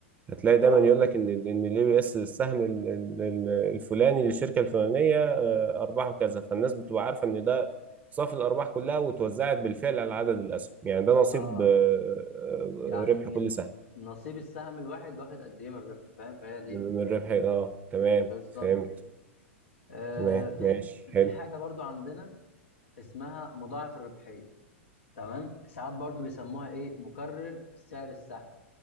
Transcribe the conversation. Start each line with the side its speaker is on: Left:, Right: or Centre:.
Right: هتلاقي دايما
Left: اه
Right: يقول لك ان ان الاي بي اس السهم ال- ال- ال- الفلاني للشركة الفلانية آه، ارباحه كذا فالناس بتبقى عارفة ان ده صافي الارباح كلها وتوزعت بالفعل على عدد الاسهم يعني ده نصيب
Left: اه
Right: آه، آه،
Left: يعني
Right: ربح كل سهم
Left: نصيب السهم الواحد واخد قد ايه من الربح فاهم فهي دي
Right: من من ربح
Left: فكرة.
Right: اه تمام
Left: بالظبط
Right: فهمت
Left: كده آه
Right: تمام
Left: في
Right: ماشي حلو
Left: في حاجه برضو عندنا اسمها مضاعف الربحيه تمام ساعات برضو بيسموها ايه مكرر سعر السهم